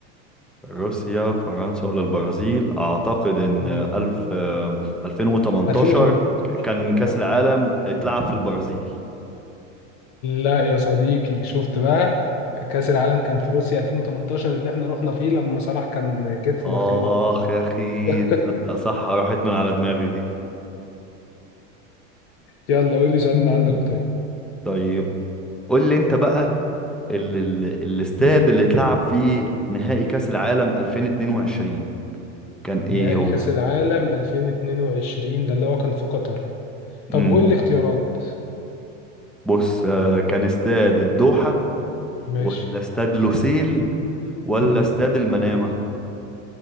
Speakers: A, in the centre; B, on the left.
A: روسيا فرنسا ولا البرازيل اعتقد ان
B: آه.
A: الف آه، 2018
B: 2018
A: كان كأس
B: اه
A: العالم اتلعب في البرازيل
B: لا يا صديقي شفت بقى كأس العالم كان في روسيا 2018 اللي احنا رحنا فيه لما صلاح كان كتفه
A: اخ
B: مخلوع
A: يا اخي
B: <laughs>
A: تصدق صح راحت من على دماغي دي
B: يلا قول لي سؤال من عندك
A: طيب قول لي انت بقى ال ال الاستاد
B: طيب
A: اللي اتلعب فيه نهائي كأس العالم 2022 كان
B: نهائي
A: ايه هو
B: كأس العالم 2022 ده اللي هو كان في قطر طب
A: امم
B: قول لي اختيارات
A: بص آه، كان استاد الدوحة
B: ماشي
A: ولا استاد لوسيل ولا
B: مم.
A: استاد المنامة